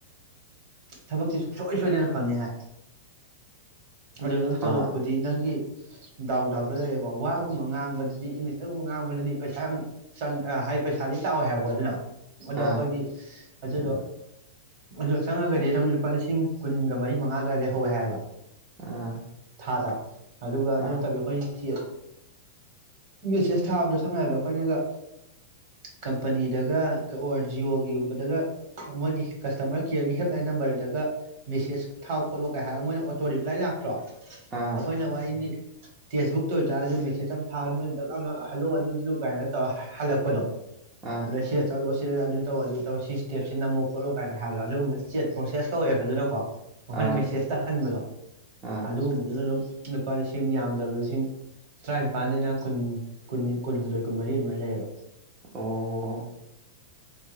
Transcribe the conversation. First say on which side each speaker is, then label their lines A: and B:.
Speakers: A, on the right (about 55°); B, on the right (about 25°).
A: ꯊꯕꯛꯁꯦ ꯁꯨꯡꯁꯣꯏ ꯁꯣꯏꯗꯅ ꯐꯪꯅꯤ ꯍꯥꯏ ꯑꯗꯣ ꯅꯪ
B: ꯊꯥ
A: ꯇꯣꯂꯣꯞꯄꯨꯗꯤ ꯅꯪꯒꯤ ꯗꯥꯎ ꯗꯥꯎꯗ ꯂꯩꯔꯦꯕ ꯋꯥꯒꯨꯝꯕ ꯉꯥꯡꯕꯗꯗꯤ ꯏꯪꯂꯤꯁꯇꯒꯨꯝꯕ ꯉꯥꯡꯕꯗꯗꯤ ꯄꯩꯁꯥ ꯌꯥꯝ ꯆꯪ ꯍꯥꯏꯗꯤ ꯄꯩꯁꯥꯗꯤ ꯆꯥꯎꯋꯦ ꯍꯥꯏꯕꯀꯣ ꯑꯗꯨꯅ ꯑꯗꯣ
B: ꯑꯥ
A: ꯑꯩꯈꯣꯏꯗꯤ ꯑꯗꯨꯗꯣ ꯑꯗꯨ ꯆꯪꯉꯒꯗꯤ ꯗꯨꯝ ꯂꯨꯄꯥ ꯂꯤꯁꯤꯡ ꯀꯨꯟꯒ ꯃꯔꯤ ꯃꯉꯥ ꯑꯗꯨꯋꯥꯏꯗꯩ ꯍꯧꯋꯦ ꯍꯥꯏꯕ
B: ꯑꯥ
A: ꯊꯥꯗ <inaudible> ꯑꯗꯨꯒ ꯑꯗꯨ
B: ꯑꯥ
A: ꯅꯠꯇꯕꯤ ꯑꯩꯈꯣꯏ ꯆꯦ ꯃꯦꯁꯦꯁ ꯊꯥꯕꯗꯣ ꯁꯝꯅ ꯍꯥꯏꯔꯕꯗ ꯑꯩꯈꯣꯏꯅꯒ ꯀꯝꯄꯅꯤꯗꯒ ꯑꯣꯔ ꯖꯤꯌꯣꯒꯤꯒꯨꯝꯕꯗꯒ ꯃꯣꯏꯒꯤ ꯀꯁꯇꯥꯃ꯭ꯔ ꯀꯦꯌꯔꯒꯤ ꯍꯦꯗ ꯂꯥꯏꯟ ꯅꯝꯕꯔꯗꯒ ꯃꯦꯁꯦꯁ ꯊꯥꯎ ꯈꯣꯠꯂꯣ ꯀꯥꯏ ꯍꯥꯏꯔꯒ ꯃꯣꯏꯅ ꯑꯣꯇꯣ ꯔꯤꯄ꯭ꯂꯥꯏ ꯂꯥꯛꯄ ꯀ꯭ꯔꯣ
B: ꯑꯥ
A: ꯑꯩꯈꯣꯏꯅ ꯋꯥꯔꯤꯅꯤ ꯇꯦꯛꯁꯕꯨꯛꯇ ꯑꯣꯏꯇꯥꯔꯦ ꯑꯗꯨ ꯃꯦꯁꯦꯖ ꯑꯃ ꯊꯥꯔ ꯃꯣꯏꯅ ꯗꯛꯂꯥꯎꯅ ꯍꯂꯣ ꯑꯗꯨꯗꯨ ꯀꯥꯏꯅꯣ ꯇꯧꯔ ꯍꯜꯂꯛꯄꯗꯣ
B: ꯑꯥ
A: ꯑꯗ ꯁꯤꯗ ꯆꯂꯣ ꯁꯤ ꯁꯤ ꯑꯗꯨ ꯇꯧ ꯑꯗꯨ ꯇꯧ ꯁꯤ ꯁꯇꯦꯞꯁꯤ ꯅꯝꯃꯣ ꯈꯣꯠꯂꯣꯥꯏꯅ ꯍꯥꯏꯔꯒ ꯑꯗꯨꯒꯨꯝꯕ ꯆꯦ ꯄ꯭ꯔꯣꯁꯦꯁ ꯀꯧꯋꯦꯕ ꯑꯗꯨꯅꯀꯣ ꯃꯈꯣꯏꯅ
B: ꯑꯥ
A: ꯃꯦꯁꯦꯖꯇ ꯍꯟꯕꯗꯣ
B: ꯑꯥ
A: ꯑꯗꯨꯒꯨꯝꯕꯗꯨꯅ ꯑꯗꯨꯝ ꯂꯨꯄꯥ ꯂꯤꯁꯤꯡ ꯌꯥꯝꯗ꯭ꯔꯕꯗ ꯂꯤꯁꯤꯡ ꯇꯔꯥꯅꯤꯄꯥꯟꯗꯩꯅ ꯀꯨꯟ ꯀꯨꯟ ꯀꯨꯟꯍꯨꯝꯗꯣꯏ ꯀꯨꯟꯃꯔꯤ ꯑꯗꯨꯃꯥꯏꯅ ꯂꯩꯌꯦꯕ
B: ꯑꯣ